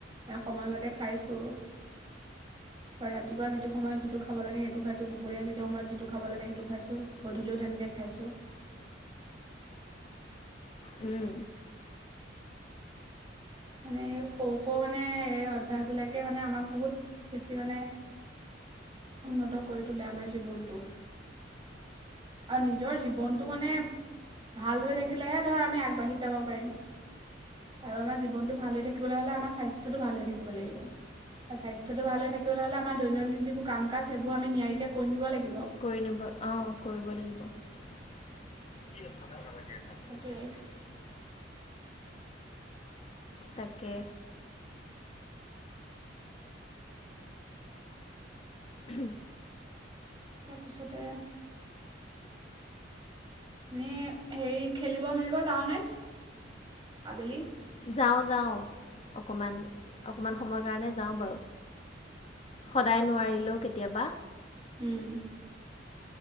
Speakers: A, on the right; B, on the left.
A: সময়মতে খাইছোঁ ৰাতিপুৱা যিটো সময়ত যিটো খাব লাগে সেইটো খাইছোঁ দুপৰীয়া যিটো সময়ত যিটো খাব লাগে সেইটো খাইছোঁ গধূলিও তেনেকৈ খাইছোঁ।
B: উম,
A: মানে এই সৰু -সৰু মানে এই অভ্যাসবিলাকে মানে আমাক বহুত বেছি মানে। উন্নত কৰি তোলে আমাৰ। জীৱনটো। আৰু নিজৰ জীৱনটো মানে ভাল হৈ থাকিলেহে ধৰ আমি আগবাঢ়ি যাব পাৰিম আৰু আমাৰ জীৱনটো ভাল হৈ থাকিবলৈ হ'লে আমাৰ স্বাস্থ্যটো ভাল হৈ থাকিব লাগিব স্বাস্থ্যটো ভাল হৈ থাকিবলৈ হ'লে আমাৰ দৈনন্দিন যিবোৰ কাম কাজ সেইবোৰ আমি নিয়াৰিকৈ কৰি নিব লাগিব।
B: কৰি নিব অঁ <unintelligible>
A: সেইটোৱেই
B: তাকে হোম।
A: তাৰপিছতে। এনেই হেৰি খেলিব মেলিব যাবনে আবেলি।
B: যাওঁ যাওঁ। অকণমান অকণমান সময়ৰ কাৰণে যাওঁ বাৰু সদায় নোৱাৰিলেও কেতিয়া। কেতিয়াবা।
A: উম।